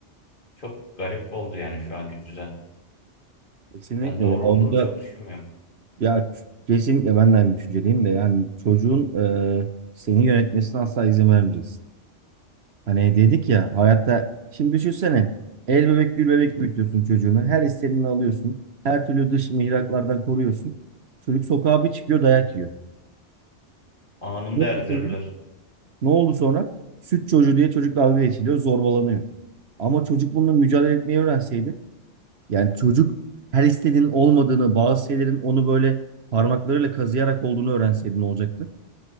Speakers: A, on the left; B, on the right.
A: Çok garip oldu yani şu anki düzen.
B: Kesinlikle
A: Ben doğru
B: ya onda
A: olduğunu çok düşünmüyorum.
B: ya kesinlikle ben de aynı düşüncedeyim de yani çocuğun e, seni yönetmesine asla izin vermeyeceksin. Hani dedik ya hayatta şimdi düşünsene el bebek gül bebek büyütüyorsun çocuğunu her istediğini alıyorsun her türlü dış mihraklardan koruyorsun. Çocuk sokağa bir çıkıyor dayak yiyor.
A: Anında
B: Ne oldu
A: erdirirler.
B: sonra? Ne oldu sonra? Süt çocuğu diye çocuk dalga geçiliyor zorbalanıyor. Ama çocuk bununla mücadele etmeyi öğrenseydi Yani çocuk her istediğinin olmadığını, bazı şeylerin onu böyle parmaklarıyla kazıyarak olduğunu öğrenseydi ne olacaktı?